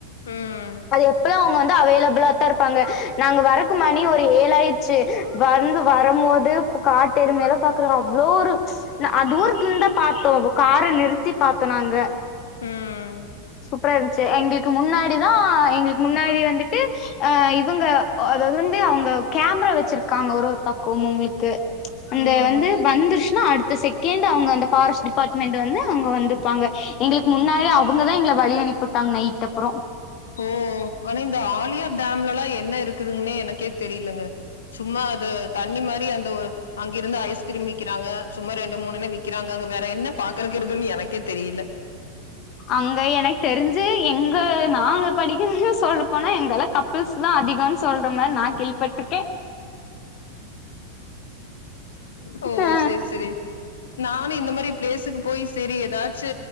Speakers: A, on the left; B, on the left.
A: ம்
B: அது எப்பதா அவங்க வந்து அவைலபிளா <inaudible> இருப்பாங்க நாங்க வரக்கு மணி ஒரு ஏழாயிருச்சு வந்து வரபோது காட்டெருமயல்லா பாத் க்ற அவ்ளோ ஒரு அது தூரத்துல இருந்துதா பாத்தோ கார நிறுத்தி பாத்தோ நாங்க
A: ம்
B: சூப்பரா இருந்துச்சு எங்களுக்கு முன்னாடி தா எங்களுக்கு முன்னாடி வந்துட்டு அ இவங்க அதாவது வந்து அவங்க கேமரா வச்சிருக்காங்க ஒரு ஒரு பக்கோமு உங்களுக்கு அந்த
A: ம்
B: வந்து வந்துருச்சுன்னா அடுத்த செக் கேண்ட் அவங்க அந்த ஃபாரஸ்ட் டிபார்ட்மெண்ட் வந்து அவங்க வந்துப்பாங்க எங்களுக்கு முன்னாலே அவங்க வழி அனுப்பி வுட்டாங்க நைட் அப்புறோ
A: ஓ ஆனா இந்த ஆலியா டேம்லல்லா என்ன இருக்குதுங்கன்னே எனக்கே தெரியலங்க சும்மா அது தண்ணி மாரி அந்த ஒரு அங்கிருந்து ஐஸ்கிரீம் விக்கிறாங்க சும்மா ரெண்டு மூணுணு விக்கிறாங்க அங்க வேற என்ன பாக்குறக்கு இருக்குன்னு எனக்கே தெரியல
B: அங்க எனக்கு தெரிஞ்சு எங்க நாங்க படிக்கு சொல்ல போனா எங்கள கப்புள்ஸ் தா அதிகோனு சொல்ற மாரி நா கேள்வி பட்ருக்கே
A: ஓ
B: ஆ
A: சேரி சேரி நானு இந்த மாரி பிளேஸுக்கு போய் சேரி ஏதாச்சு